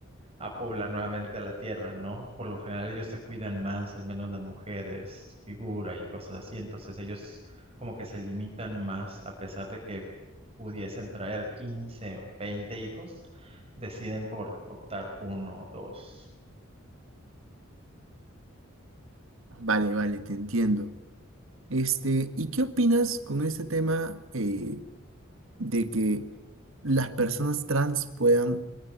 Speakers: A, on the right; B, on the right.
A: a poblar nuevamente la tierra, ¿no? Por lo general ellos se cuidan más, al menos las mujeres, su figura y cosas así, entonces ellos como que se limitan más, a pesar de que pudiesen traer 15, 20 hijos, deciden por optar uno o dos.
B: Vale, vale, te entiendo. Este, ¿y qué opinas con este tema eh, de que las personas trans puedan